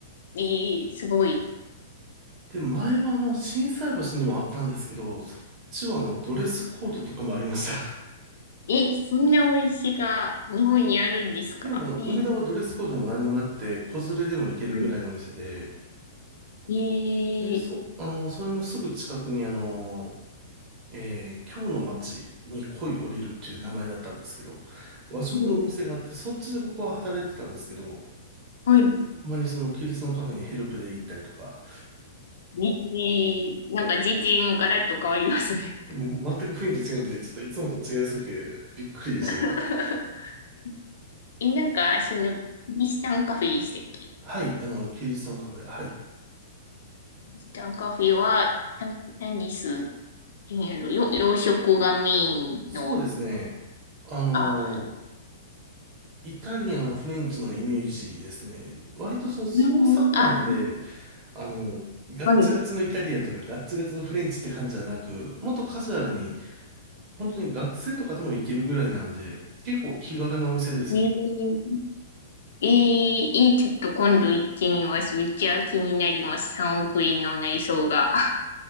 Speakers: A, on the left; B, on the right.
A: えー、すごい。
B: で、前はあの、心斎橋にもあったんですけど、そっちはあの、ドレスコードとかもありました。
A: え、そんなお店が日本にあるんですかえー
B: <laughs> でもあの、梅田はドレスコードも何もなくて、子連れでも行けるぐらいのお店で、
A: はいええ
B: で、そ、あの、それのすぐ近くにあの、えー、今日の街に恋降りるっていう名前だったんですけど、和食のお店があって、
A: うん。
B: そっちで僕は働いてたんですけど、
A: はい。
B: たまにそのキリストのカフェにヘルプで行ったりとか、
A: ね、えーなんか全然ガラッと変わりますね。
B: もう全く雰囲気違うんで、ちょっといつもと違いすぎてびっくりでしたけど。
A: <laughs> え、なんか、その、キリシタンカフェでしたっけキ
B: はい、あの、キリストンカフェ、はい。
A: リシタンカフェは、な何です、えー、よ、洋食がメインの、
B: そうですね。あの、
A: あ、
B: イタリアのフレンチのイメージですね。割とその創作なので、
A: うん、あ、
B: あの、ガッツガツのイタリアンとかガッツガツのフレンチって感じじゃなく、
A: はい。
B: もっとカジュアルに、本当に学生とかでも行けるぐらいなんで、結構気軽なお店ですよ。
A: ねええー、えーちょっと今度行ってみます。めっちゃ気になります。3億円の内装が。